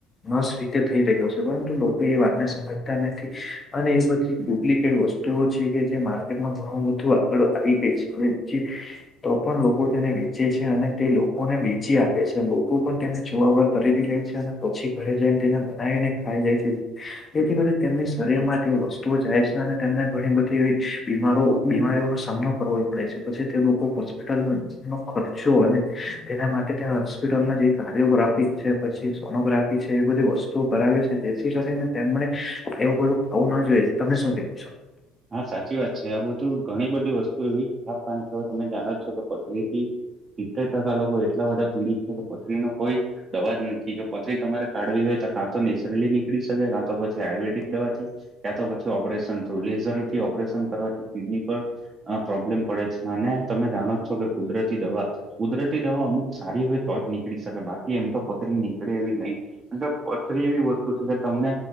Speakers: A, on the left; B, on the right.
A: નસ રીતે થઈ રહ્યો છે પરંતુ લોકો એ વાતને સમજતા નથી અને એ બધી ડુપ્લિકેટ વસ્તુ એવ છે કે જે માર્કેટમાં ઘણું બધું આગળ આવી ગઈ છે અને જે. તો પણ લોકો તેને વેચે છે અને તે લોકોને વેચી આપે છે લોકો પણ તેને જોવા વ ખરીદી લે છે અને પછી ઘરે જઈને તેને બનાવીને ખાઈ જાય છે. તેથી કરી તેમની શરીર માં તે વસ્તુઓ જાય છે અને તેમને ઘણી બધી બીમારો બીમારીઓનોો સામનો કરવો પડે છે પછી તે લોકો હોસ્પિટલ નો ખર્ચો હોય. તેના માટે ત્યાં હોસ્પિટલમાં જે કાર્યોગ્રાફી છે પછી સોનોગ્રાફી છે. એ બધી વસ્તુ કરરાવે છે જેથી ને તેમને એવું ઘડું ખું ના જોઈએ તમે શું કો છો.
B: હા સાચી વાત છે આ બધું ઘણી બધી વસ્તુ એવી સાફ પાણી થ તમે જાણો છો કે પથરી થી સિત્તેર ટકા લોકો એટલા બધા પીડિત છે કે પથરી ન કોઈ દવા જો પથરી તમારે કાઢવી હોય તો કાં તો નેચરલી નીકળી શકે કાં તો પછી આયુર્વેદિક દવાથી. ત્યાં તો પછી ઓપરેશન થું લેઝર થી ઓપરેશન કરવાથી કિડની પર. પ્રોબ્લેમ પડે છે અને તમે જાણો છો કે કુદરતી દવા કુદરતી દવા અમુક સારી હોય તો જ નીકળી શકે બાકી. એ એમ તો પથરી નીકળે એવી નહીિ કાર કે પથરી એવી વસ્તુ છે કે તમને